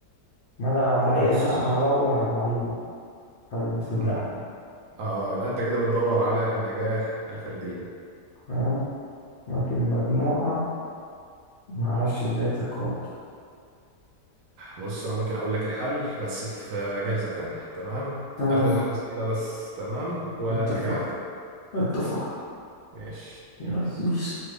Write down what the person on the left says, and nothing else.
ما انا لو عليا
انا هدور على المعلومة قبل ما اصدقها
تمام لكن مجموعة ما اعرفش ازاي تتقاد
تمام
اتفقنا
اتفقنا
يلا
بيس